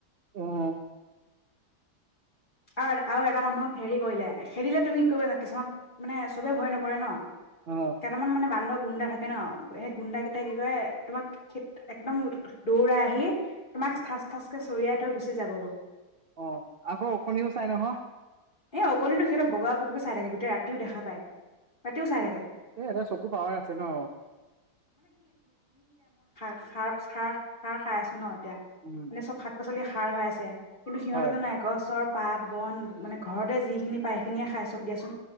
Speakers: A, on the right; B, on the left.
A: অঁ!
B: আৰু আৰু এটা মানুহক হেৰি কৰিলে, খেদিলে তুমি কৰিবান কিছুমান মানে চবে ভয় নকৰে ন!
A: অ
B: কেইটামান মানে বান্দৱ গুণ্ডা থাকে ন, সেই গুণ্ডা কেইটাই কি কৰে তোমাক একদম দৌৰাই আহি তোমাক থাচ থাচ কে চৰিয়াই থৈ গুচি যাব গৌ
A: অঁ আকৌ, অকণও চাই নহয়!
B: এ অকণিটো সিহঁতে বগা বকু চাই থাকে, গোটেই ৰাতিও দেখা পায়, ৰাতিও চাই থাকে।
A: এ এটা চকু পাৱাৰ আছে ন?
B: খাৰ- খাৰ- খাৰ, খাই আছোঁ ন! এ
A: উম,
B: মানে চব শাক পাচ চলি সাৰ হৈ আছে। কিন্তু সিহঁতো
A: হয়,
B: নাই। গছৰ পাত বন, মানে ঘৰতে যিখিনি পায় সেইখিনিয়ে খাই চব দিয়াচোন।